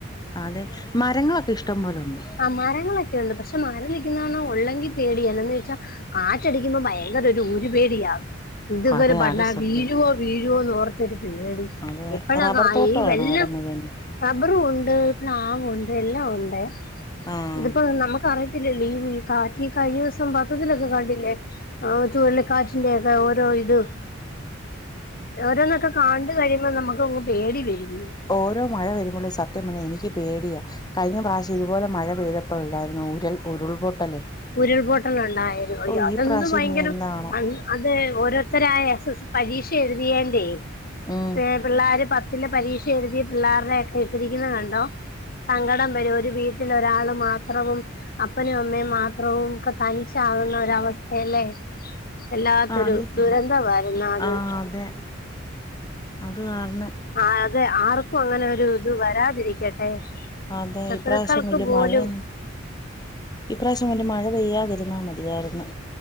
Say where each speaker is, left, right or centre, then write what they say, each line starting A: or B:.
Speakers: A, on the left; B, on the left.
A: അതെ മരങ്ങളൊക്കെ ഇഷ്ടം പോലൊണ്ടോ
B: ആഹ് മരങ്ങളൊക്കെ ഒണ്ട് പക്ഷെ മരം നിക്കുന്നകാണാ ഒള്ളെങ്കി പേടിയാ എന്താന്ന് ചോയ്ച്ചാ കാറ്റടിക്കുമ്പോ ഭയങ്കര ഒരു ഊരു പേടിയാ ഇതൊക്കെ
A: അതെ
B: ഒരു <unintelligible>
A: അത് സത്യ
B: വീഴുവോ വീഴുവോന്നോർത്തൊരു പേടി
A: അതെ
B: എപ്പഴാ
A: റബ്ബർ
B: കായി
A: തോട്ടമാണോ
B: ഈ വെല്ലം
A: അവിടെ മുഴുവനും
B: റബ്ബറും ഉണ്ട് പ്ലാവൊണ്ട് എല്ലാ ഒണ്ടേ
A: ആഹ്
B: ഇതിപ്പോ നമ്മക്ക് അറിയത്തില്ലല്ലോ ഈ കാറ്റി കഴിഞ്ഞ ദിവസം പത്രത്തിലൊക്കെ കണ്ടില്ലേ ആഹ് ചൂഴലിക്കാറ്റിന്റെക്ക ഓരോ ഇത്
A: ഉ
B: ഓരോന്നൊക്കെ കാണ്ട് കഴിയുമ്പ നമുക്കങ്ങ് പേടി വരുന്ന്
A: ഓരോ മഴ വരുമ്പളും സത്യം പറഞ്ഞ എനിക്ക് പേടിയാ കഴിഞ്ഞ പ്രാവശ്യം ഇതുപോലെ മഴ പെയ്തപ്പളല്ലായിരുന്നൊ ഉരൽ ഉരുൾപൊട്ടല്
B: ഉരുൾപൊട്ടലൊണ്ടായത് അയ്യോ
A: ഓ
B: അതെന്ത്
A: ഈ പ്രാവശ്യം
B: ഭയങ്കര
A: ഇനി എന്താണോ
B: അ അത് ഓരോരുത്തരായ എസ് എസ് സ് പരീക്ഷ എഴുതിയേന്റെ
A: ഉം
B: എഹ് പിള്ളേര് പ ത്തിലെ പരീക്ഷ എഴുതിയ പിള്ളേർടെ ഒക്കെ ഇട്ടിരിക്കുന്ന കണ്ടോ സങ്കടം വരും ഒരു വീട്ടിലൊരാള് മാത്രവും അപ്പനും അമ്മയും മാ ത്രവും ഒക്കെ തനിച്ചാകുന്ന ഒരവസ്ഥയല്ലേ വെല്ലാത്തൊരു
A: ആ അറിയത്തില്ല
B: ദുരന്തവായിരുന്നത്
A: ആഹ് അതെ അത് <unintelligible>
B: ആഹ് അതെ ആർക്കു അങ്ങനൊരു ഇത് വരാതിരിക്കട്ടെ
A: അതേ
B: ശത്രുക്കൾക്ക്
A: ഈപ്രാവശ്യം വല്യ
B: പോലും
A: മഴയൊന്നു ഇപ്രാവശ്യം വല്ല്യ മഴ പെയ്യാതിരുന്നാ മതിയാരുന്ന്